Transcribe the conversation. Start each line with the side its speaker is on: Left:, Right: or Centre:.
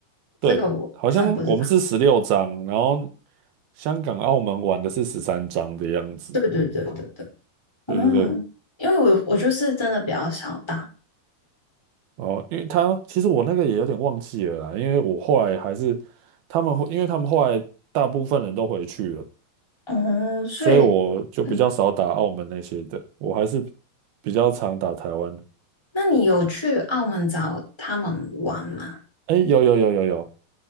Right: 对，
Centre: 这个我真的不知道。
Right: 好像我们是十六张，然后香港、澳门玩的是十三张的样子。
Centre: 对对对对对，哦，
Right: 对对对，
Centre: 因为我我就是真的比较少打，
Right: 哦，因为他其实我那个也有点忘记了啦，因为我后来还是他们后，因为他们后来大部分人都回去了，
Centre: 哦，所以，
Right: 所以我就比较少打澳门那些的，
Centre: 嗯，
Right: 我还是比较常打台湾。
Centre: 那你有去澳门找他们玩吗？
Right: 哎，有有有有有，